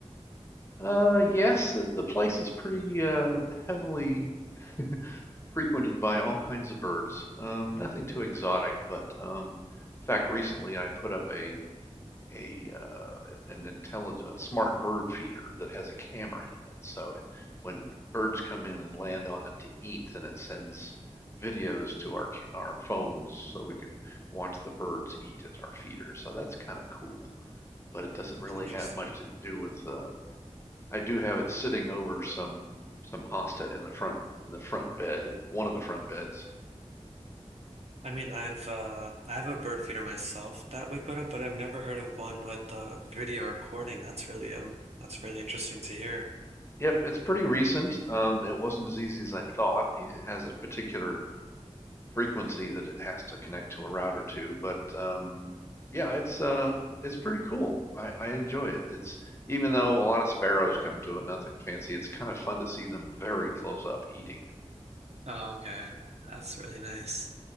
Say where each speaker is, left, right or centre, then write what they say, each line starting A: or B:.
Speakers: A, on the left; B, on the right.
A: Uh, yes, the, the place is pretty uh heavily <laughs> frequented by all kinds of birds. Um, nothing too exotic, but um, in fact, recently I put up a a uh, an intelligent smart bird feeder that has a camera in it. So it when birds come in and land on it to eat, then it sends videos to our our phones so we can watch the birds eat at our feeder. So that's kind of cool, but it doesn't
B: That's
A: really
B: interesting.
A: have much to do with. Uh, I do have it sitting over some some hosta in the front in the front bed, one of the front beds,
B: I mean, I've uh, I have a bird feeder myself that we put up, but I've never heard of one with uh, video recording. That's really um, that's really interesting to hear.
A: Yep, it's pretty recent. Um, it wasn't as easy as I thought. It has a particular frequency that it has to connect to a router to, but um, yeah, it's uh, it's pretty cool. I, I enjoy it. It's even though a lot of sparrows come to it, nothing fancy. It's kind of fun to see them very close up eating.
B: Oh, okay. That's really nice.